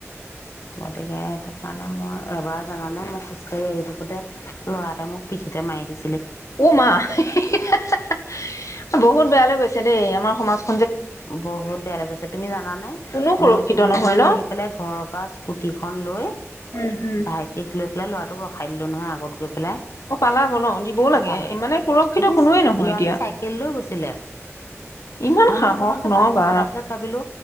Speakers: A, on the left; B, on the left.
A: গতিকে সেইটো কাৰণে মই এবাৰ জানানে মই খোজ কাঢ়ি আহি থাকোতে ল'ৰা এটাই মোক পিঠিতে মাৰি দিছি
B: উ মা <unintelligible> বহুত বেয়া লৈ গৈছে দেই আমাৰ সমাজ
A: বহুত বেয়া লাগিছে তুমি জানা নে
B: কোনো সুৰক্ষিত
A: মই দৌৰি
B: নহয়
A: দৌৰি
B: ন
A: আহি পেলাই ঘৰৰ পৰা স্কু টিখন লৈ
B: উম উম
A: ভাইটিক লৈ পেলাই ল'ৰা ৰখাই দিলোঁ নহয় আগত গৈ পেলাই
B: অ পালাব ন দিবও লাগে
A: অ পালো
B: ইমানে সুৰক্ষিত
A: সি
B: কোনোৱে নহয়
A: ল'ৰাটো
B: এতিয়া
A: চাইকেল লৈ গৈছিলে
B: ইমান
A: মই
B: সাহস!
A: মানে প্ৰথমতে বাদ
B: ন
A: দিছিলো
B: বা
A: তাৰ পিছত ভাবিলো